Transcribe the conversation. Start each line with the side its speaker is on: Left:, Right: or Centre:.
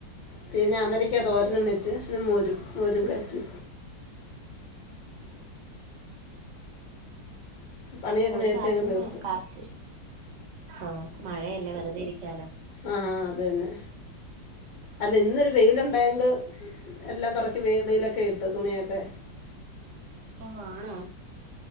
Left: പിന്നെ അമരിക്ക തോരനും വെച്ച് മോരും മോരും കച്ചി.
Right: ഉം
Left: പണിയൊക്കെ
Right: മോര്
Left: നേരത്തെ
Right: കാച്ച്ന്ന
Left: അങ്ങ് തീർത്ത്
Right: കാച്ച് ആ മഴയല്ലേ വെറുതെ ഇരിക്കാലോ.
Left: ആഹ് ആഹ് അതന്നെ. അല്ല ഇന്നൊരു വെയില് ഉണ്ടായണ്ട് എല്ലാം പെറക്കി വെ വെയിലൊക്കെ ഇട്ട് തുണിയൊക്കെ.
Right: അപ്പ ആണോ